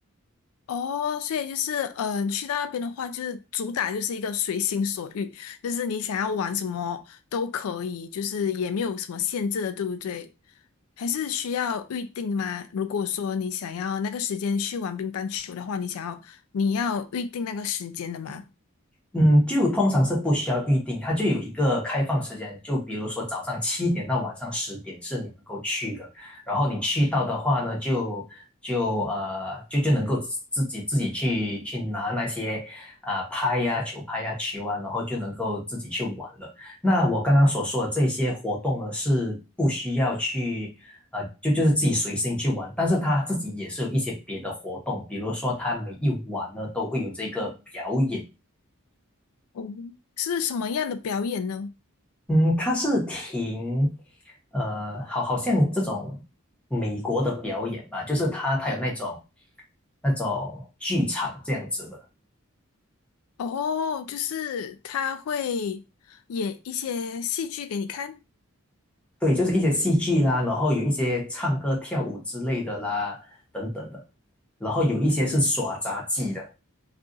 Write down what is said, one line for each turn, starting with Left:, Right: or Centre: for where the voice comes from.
Left: 哦，所以就是，嗯、呃去到那边的话，就是主打就是一个随心所欲，就是你想要玩什么都可以，就是也没有什么限制的，对不对？还是需要预定吗？如果说你想要那个时间去玩乒乓球的话，你想要你要预定那个时间的吗？
Centre: 嗯，就通常是不需要预定，它就有一个开放时间，就比如说早上七点到晚上十点是你能够去的，然后你去到的话呢，就就呃就就能够自己自己去去拿那些啊、呃拍呀、球拍呀、球啊，然后就能够自己去玩了。那我刚刚所说的这些活动呢，是不需要去。啊，就就是自己随心去玩，但是他自己也是有一些别的活动，比如说他每一晚呢都会有这个表演，
Left: 哦，是什么样的表演呢？
Centre: 嗯，它是挺，呃，好，好像这种美国的表演吧，就是它它有那种那种剧场这样子的，
Left: 哦，就是他会演一些戏剧给你看。
Centre: 对，就是一些戏剧啦，然后有一些唱歌跳舞之类的啦，等等的，然后有一些是耍杂技的。
Left: 嗯，